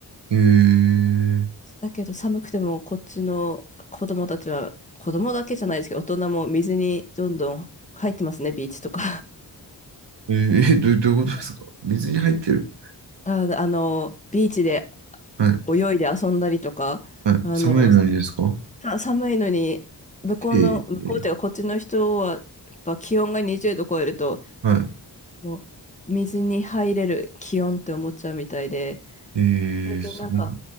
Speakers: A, on the right; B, on the left.
A: えー、
B: だけど寒くてもこっちの子供たちは、子供だけじゃないですけど、大人も水にどんどん入ってますね、ビーチとか。
A: えー、えど、<laughs> どういうことですか水に入ってる。
B: <laughs> あ、あの、ビーチで
A: はい。
B: 泳いで遊んだりとか、
A: はい。
B: あの、
A: 寒いのにですか
B: さ寒いのに、向こうの、
A: ええー、
B: 向こうっていうかこっちの人は、やっぱ気温が20度超えると、
A: は
B: もう水に入れる気温って思っちゃうみたいで、
A: い。え
B: でなんか、
A: ー、すごい。